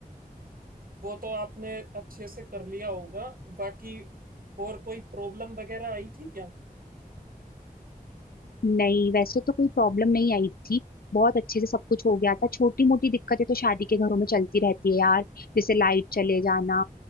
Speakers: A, on the right; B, on the left.
A: वो तो आपने अच्छे से कर लिया होगा बाकी और कोई प्रॉब्लम वगैरह आई थी क्या
B: नहीं वैसे तो कोई प्रॉब्लम नहीं आई थी बहुत अच्छे से सब कुछ हो गया था छोटी मोटी दिक्कतें तो शादी के घरों में चलती रहती है यार जैसे लाइट चले जाना